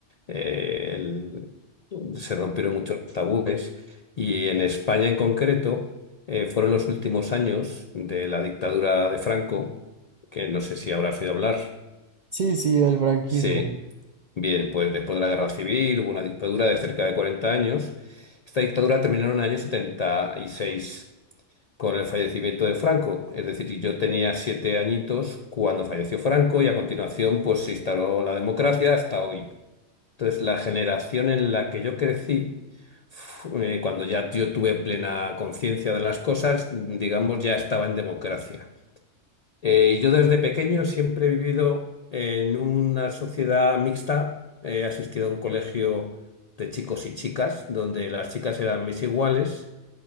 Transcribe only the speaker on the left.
eh, el- se rompieron muchos tabúes y en España en concreto eh, fueron los últimos años de la dictadura de Franco, que no sé si habrás oído hablar.
Sí, bien, pues después de la guerra civil hubo una dictadura de cerca de 40 años. Esta dictadura terminó en el año 76 con el fallecimiento de Franco. Es decir, yo tenía siete añitos cuando falleció Franco y a continuación pues se instaló la democracia hasta hoy. Entonces, la generación en la que yo crecí, fu- eh, cuando ya yo tuve plena conciencia de las cosas, digamos, ya estaba en democracia. Eh, y yo desde pequeño siempre he vivido en una sociedad mixta. He asistido a un colegio de chicos y chicas, donde las chicas eran mis iguales